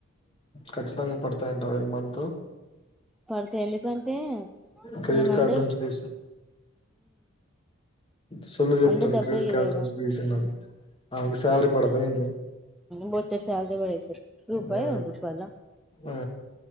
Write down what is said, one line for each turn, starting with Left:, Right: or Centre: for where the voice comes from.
Left: ఖచ్చితంగా పడతాయంటారు ఐదు మంది
Centre: పడతాయి ఎందుకంటే
Left: క్రెడిట్
Centre: మేమందరం
Left: కార్డ్ నుంచి తీసి చల్ చెప్తాను
Centre: అందరు డబ్బే
Left: క్రెడిట్
Centre: ఇదేగా
Left: కార్ నుంచి తీసినను అకు సాలరి పడదా ఇ
Centre: బొచ్చెడు సాలరీ బడింది రూపాయా
Left: ఆ
Centre: రెండూ రూపాయల
Left: ఆ